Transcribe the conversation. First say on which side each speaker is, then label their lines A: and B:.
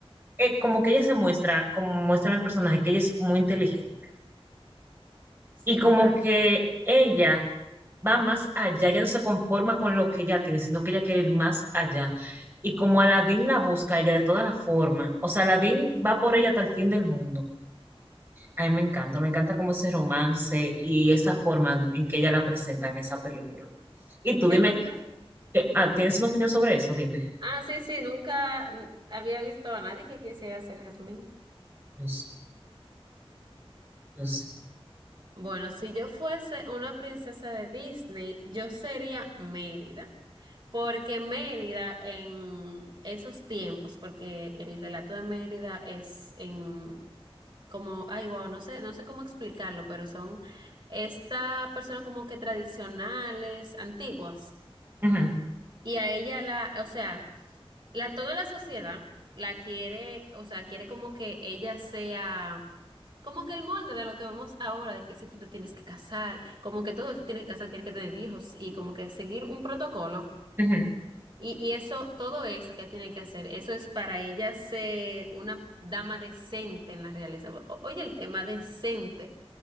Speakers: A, on the right (about 20°); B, on the right (about 50°).
A: eh, como que ella se muestra, como muestra en el personaje, que ella es muy inteligente.
B: Sí.
A: Y como que ella va más allá, ella no se conforma con lo que ella tiene, sino que ella quiere ir más allá. Y como Aladdin la busca a ella de todas las formas, o sea, Aladdin va por ella hasta el fin del mundo. A mí me encanta, me encanta como ese romance y esa forma en que ella la presenta en esa película. Y tú
B: Realmente,
A: dime, eh, ah, ¿tienes una opinión sobre eso? Dime.
B: ah, sí, sí, nunca mm, había visto a nadie que quisiera ser Jasmine.
A: Yo, s- yo sé
B: Bueno, si yo fuese una princesa de Disney, yo sería Mérida, porque Mérida en esos tiempos, porque el relato de Mérida es en como, ay, wow, no sé, no sé cómo explicarlo, pero son esta persona como que tradicionales, antiguas.
A: Ujú,
B: Y a ella la, o sea, la, toda la sociedad la quiere, o sea, quiere como que ella sea como que el molde de lo que vemos ahora, de que si tú te tienes que casar, como que todo eso tienes que casar, tienes que tener hijos y como que seguir un protocolo.
A: ujú.
B: Y, y eso, todo eso que tiene que hacer, eso es para ella ser una dama decente en la realeza. O- oye, el tema decente.